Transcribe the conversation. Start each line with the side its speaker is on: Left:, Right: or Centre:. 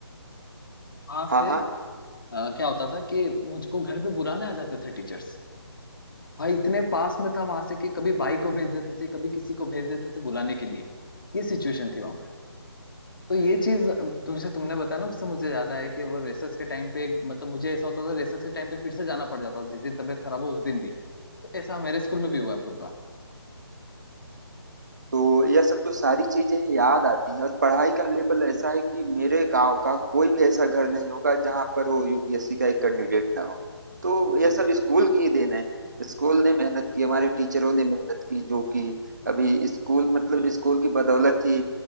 Left: वहां
Right: हाँ
Left: से
Right: हाँ
Left: अ, क्या होता था कि मुझको घर पे बुलाने आ जाते थे टीचर्स भाई इतने पास में था वहां से कि कभी बाई को भेज देते थे कभी किसी को भेज देते थे बुलाने के लिए ये सिचुएशन थी वहां तो ये चीज तुमसे तुमने बताया ना उससे मुझे याद आया कि वो रेसेस के टाइम पे मतलब मुझे ऐसा होता था रेसेस के टाइम पे फिर से जाना पड़ जाता था जिस दिन तबीयत खराब हो उस दिन भी तो ऐसा मेरे स्कूल में भी हुआ है बहुत बार
Right: तो यह सब जो सारी चीजें हैं, याद आती है और पढ़ाई का लेवल ऐसा है कि मेरे गांव का कोई भी ऐसा घर नहीं होगा जहां पर वो यूपीएससी का एक कैंडिडेट ना हो तो यह
Left: क्या
Right: सब
Left: बात
Right: स्कूल की ही देन है स्कूल ने मेहनत की हमारे टीचरों ने मेहनत की जो कि अभी स्कूल मतलब स्कूल की बदौलत ही